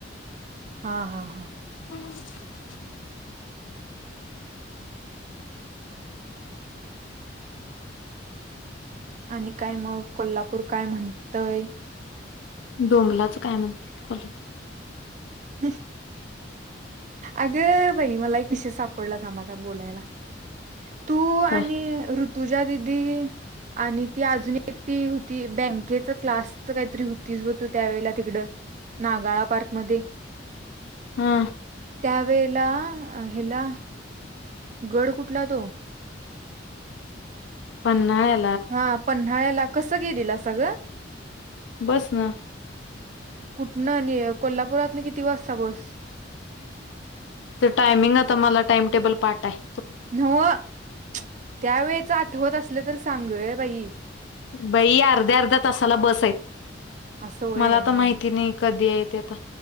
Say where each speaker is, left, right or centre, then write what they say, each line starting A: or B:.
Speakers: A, on the right; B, on the left.
A: हा हा हा.
B: <unintelligible>
A: आणि काय मग कोल्हापूर काय म्हणतय.
B: डोंबलाचं काय म्हणते कोल्हापूर
A: ह. अगं बाई मला एक विषय सापडला थांबआता बोलायला. तू आणि
B: काय
A: ऋतुजा दिदी आणि ती अजून एकटी होती बँकेच क्लासच काहीतरी होतीस ब तू त्यावेेळेला तिकडं नागाळा पार्कमध्ये
B: हा
A: त्यावेेळे ला हेला गड कुठला तो
B: पन्हाळा
A: हा पन्हाळ्याला कसं गेलेलं सा ग
B: बस न
A: कुठणं आणि कोल्हापुरात ना किती वाजता बस
B: तर टायमिंग आता मला टाइमटेबल पाठा हाय
A: नव्ह त्यावेेळेच आठवत असलं तर सांग बाई
B: बाई अर्ध्या अर्ध्या तासाला बस आहेत
A: असं व्हय
B: मला तर
A: हा
B: माहिती नाही कधी आहेत